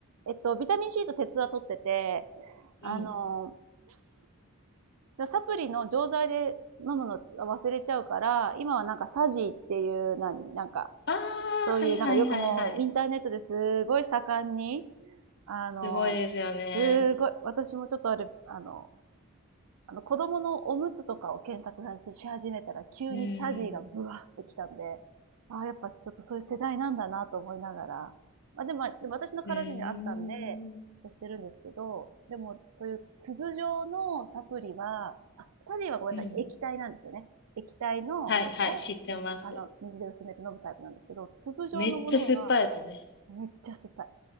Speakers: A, on the right; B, on the left.
A: えっと、ビタミン C と鉄は取ってて、
B: うん。
A: あの、サプリの錠剤で飲むの忘れちゃうから、今はなんかサジーっていう、何、なんか、
B: ああ、
A: そういう、
B: はいはいはいはい。
A: なんかよくもうインターネットですごい盛んに、あの、
B: すごいですよね。
A: すごい、私もちょっとあれ、あの、あの、子供のおむつとかを検索し始めたら、急にサジーがブワーってきたんで、
B: うん。
A: ああ、やっぱちょっとそういう世代なんだなと思いながら。まあ、でも、でも私の体にはあったんで、
B: うーん。
A: そうしてるんですけど、でも、そういう粒状のサプリは、あ、サジーはごめんなさい、
B: うん。
A: 液体なんですよね。液体のものを、
B: はいはい、知ってます。
A: あの、水で薄めて飲むタイプなんですけど、粒状のものは、
B: めっちゃ酸っぱいやつね。
A: めっちゃ酸っぱい。